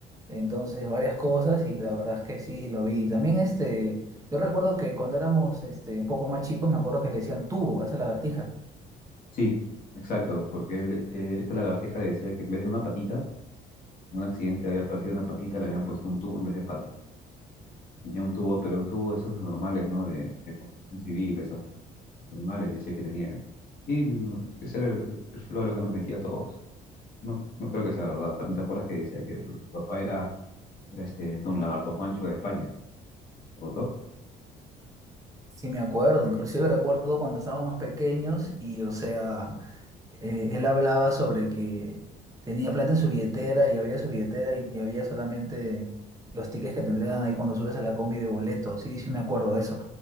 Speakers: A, on the right; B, on the left.
A: entonces, varias cosas y la verdad es que sí, lo vi. También, este, yo recuerdo que cuando éramos, este, un poco más chicos, me acuerdo que le decían tubo a esa lagartija.
B: Sí, exacto, porque él, eh, esta lagartija decía que en vez de una patita, en un accidente había perdido una patita, le habían puesto un tubo en vez de pata. Tenía un tubo, pero un tubo de esos normales, ¿no? De, de construcción civil, esas normales, decía que tenía él. Sí, no, ese era el, el floro que nos metía a todos. No, no creo que sea verdad. ¿También te acuerdas que decía que su papá era, era este Don Lagarto Juancho de España? ¿Te contó?
A: Sí, me acuerdo, inclusive recuerdo cuando estábamos más pequeños y, o sea, eh, él hablaba sobre que tenía plata en su billetera y había su billetera y, y había solamente los tickets que te entregan ahí cuando subes a la combi de boleto. Sí, sí, me acuerdo de eso.